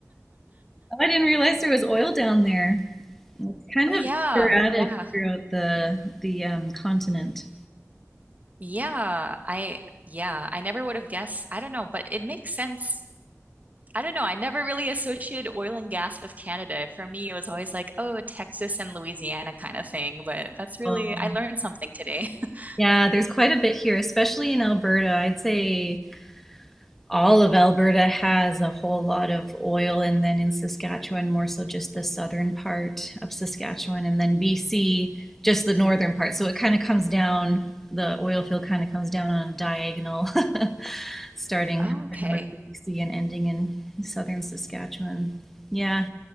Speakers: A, in the centre; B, on the right.
A: Oh, I didn't realize there was oil down there. It's kind
B: Oh yeah,
A: of sporadic
B: yeah,
A: throughout the the um, continent.
B: yeah. I yeah, I never would have guessed. I don't know, but it makes sense I don't know. I never really associated oil and gas with Canada. For me, it was always like, oh, Texas and Louisiana kind of thing. But that's really,
A: Um,
B: I learned something today. <laughs>
A: yeah, there's quite a bit here, especially in Alberta. I'd say all of Alberta has a whole lot of oil, and then in Saskatchewan, more so just the southern part of Saskatchewan, and then BC, just the northern part. So it kind of comes down, the oil field kind of comes down on a diagonal, <laughs> starting
B: Oh,
A: up
B: okay.
A: in northern BC and ending in southern Saskatchewan. Yeah,